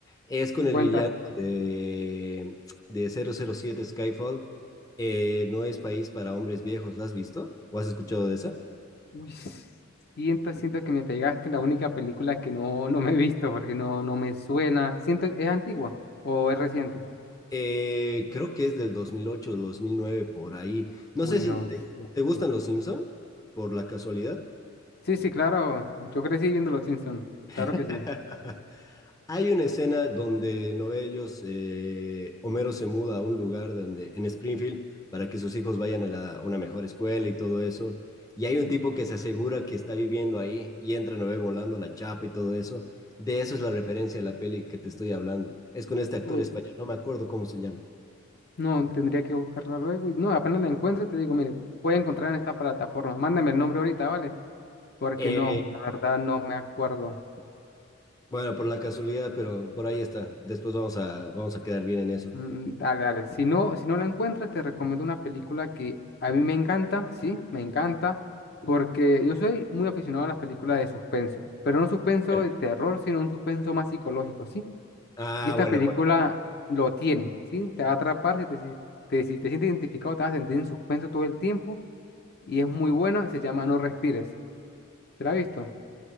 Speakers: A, on the left; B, on the left.
A: Es con
B: Cuenta.
A: el villano de, de cero cero siete Skyfall. Eh, no es país para hombres viejos. ¿La has visto? ¿O has escuchado de esa?
B: Uy, siento, siento que me pegaste en la única película que no, no me he visto porque no, no me suena. Siento, ¿es antigua o es reciente?
A: Eh, creo que es del dos mil ocho, dos mil nueve por ahí. No
B: Uy,
A: sé si
B: no
A: te,
B: sé.
A: te gustan los Simpson, por la casualidad.
B: Sí, sí, claro. Yo crecí viendo Los Simpsons. Claro
A: <laughs>
B: que sí.
A: Hay una escena donde Novellos, eh, Homero se muda a un lugar donde, en Springfield para que sus hijos vayan a, la- a una mejor escuela y todo eso. Y hay un tipo que se asegura que está viviendo ahí y entra, no volando la chapa y todo eso. De eso es la referencia de la peli que te estoy hablando. Es con este actor
B: Uy,
A: español, no me acuerdo cómo se llama.
B: no, tendría que buscarla luego. y No, apenas la encuentre, te digo, mire, puede encontrar en esta plataforma. Mándame el nombre ahorita, ¿vale? Porque
A: Eh,
B: no, la verdad no me acuerdo.
A: Bueno, por la casualidad, pero por ahí está. Después vamos a, vamos a quedar bien en eso.
B: Mm, Dale, dale. Si no, si no la encuentras, te recomiendo una película que a mí me encanta, sí, me encanta, porque yo soy muy aficionado a las películas de suspenso, pero no suspenso
A: Ya.
B: de terror, sino un suspenso más psicológico, ¿sí?
A: Ah,
B: Y esta
A: bueno,
B: película
A: bueno.
B: lo tiene, ¿sí? Te va a atrapar, si te, si te, si te sientes identificado, te vas a sentir en suspenso todo el tiempo y es muy buena, se llama No Respires. ¿Te la has visto?